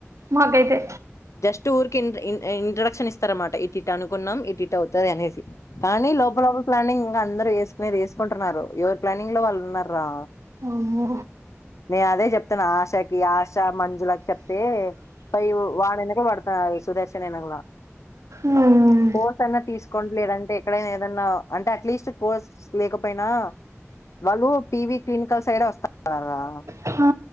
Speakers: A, on the right; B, on the left.
A: మాకైతే
B: జస్ట్ ఊరికె ఇన్ ఇంట్రొడక్షన్ ఇస్తారాన్మాట ఇటింట అనుకున్నాం. ఇటింట వత్తది అనేసి కానీ లోప లోపల ప్లానింగ్ ఇంగ అందరూ యెసుకునేది యెసుకుంటున్నారు. ఎవరు ప్లానింగ్ లో వాళ్ళు ఉన్నర్రా
A: అమ్మో
B: నేను అదే చెప్తున్నా ఆశాకి ఆశా మంజులకి చెప్తే ఫైవు వాడెనక పడతాది సుదర్శనయిన కూడా
A: ఉమ్,
B: కోర్స్ అయిన తీసుకోట్లేరంటే ఎక్కడైనా ఏదన్నా అంటే అట్లీస్ట్ కోర్స్ లేకపోయినా వాళ్ళు పివి క్లినికల్స్ సైడ్ వస్తన్నారా,
A: ఆ,